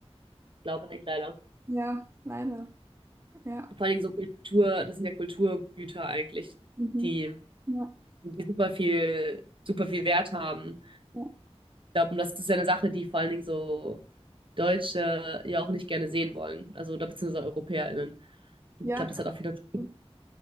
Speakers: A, on the right (about 50°); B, on the right (about 25°).
A: Ich glaube nicht, leider.
B: Ja, leider. Ja.
A: Vor allem so Kultur, das sind ja Kulturgüter eigentlich,
B: Mhm.
A: die,
B: Ja,
A: die super viel, super viel Wert haben.
B: ja.
A: Ich glaube, und das ist ja eine Sache, die vor allen Dingen so Deutsche ja auch nicht gerne sehen wollen. Also, oder beziehungsweise EuropäerInnen. Ich
B: Ja,
A: glaube, das hat auch viele. Es
B: cool.